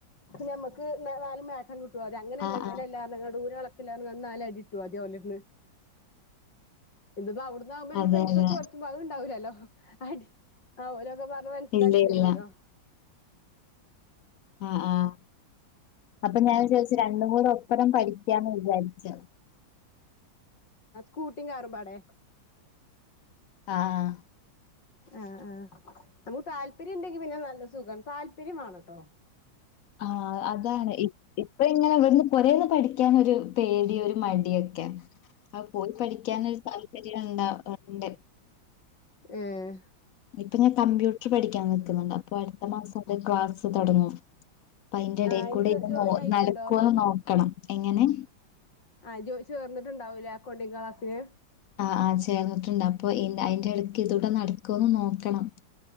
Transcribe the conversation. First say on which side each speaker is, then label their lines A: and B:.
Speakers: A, on the left (about 60°); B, on the left (about 85°).
A: ഞമ്മക്ക് നാ നാല് <unintelligible> ട്ടു ഒര അങ്ങനല്ല
B: ആഹ്
A: ഇങ്ങനല്ല
B: ആഹ്
A: പറഞ്ഞ് നിങ്ങള് ദൂര അള ട്ടില്ല പറഞ്ഞ് <unintelligible> അടി കിട്ടു ആദ്യ ഓലട്ത്ത്ന്ന്, ഇന്ന് ഇപ്പ അവ്ട് ന്നാവുമ്പ നമ്മള്
B: അതെ
A: പൈസ
B: അതെ
A: കൊടുത്ത് കൊറച്ചുമ്പോ അതും ഉണ്ടാവില്ലല്ലോ അടി ആഹ് ഓലൊക്കെ പറഞ്ഞ് മനസിലാ
B: ഇല്ല ഇല്ല
A: വെരു വാല്ലോ
B: ആഹ് ആഹ് അപ്പം ഞാൻ ചോയിച്ച് രണ്ടുമൂന്ന് ഉത്തരം പഠി ക്കാന്ന് വിചാരിച്ചു
A: കുട്ടിങ്റുപടെ
B: ആഹഹാ
A: ആഹ് ആഹ് നമുക്ക് താല്പര്യം ഉണ്ടെങ്കി പിന്നെ നല്ല സുഖം താല്പര്യംവെണ്ണട്ടോ
B: ആഹ് അതാണ് ഇപ്പ ഇങ്ങനെ ഇവിടുന്ന് കൊറഓക്കെ പഠിക്കാൻ ഒരു പേടി ഒരു മടിയൊക്കെആണ് ആഹ് പോയി പഠിക്കാനൊരു സാഹചര്യം ഉണ്ട ഉണ്ട്
A: ഏഹ്
B: പിന്നെ കമ്പ്യൂട്ടർ പഠിക്കാൻ നൊക്കുന്നുണ്ട് അപ്പൊ അടുത്ത മാസം അത് ക്ലാസ്സ് തുടങ്ങും അപ്പ അയിന്റെ എടയിക്കൂടെ
A: ആഹ് ഇനി
B: ഇത്
A: ജോയിൻ
B: നൊ
A: ആയിട്ടുണ്ടോ
B: നടക്കുവോന്ന് നോക്കണം എങ്ങനെ
A: ആഹ് ജോയി ചേർന്നിട്ടുണ്ടാവൂലേ അക്കൗണ്ടിം‌ങ്‌ ക്ലാസ്സിന്
B: ആഹ് ആഹ് ചേർന്നിട്ടുണ്ട് അപ്പൊ അയിന്റെ ഇടയ്ക്ക് ഇതൂടെ നടക്കുവൊന്ന് നോക്കണം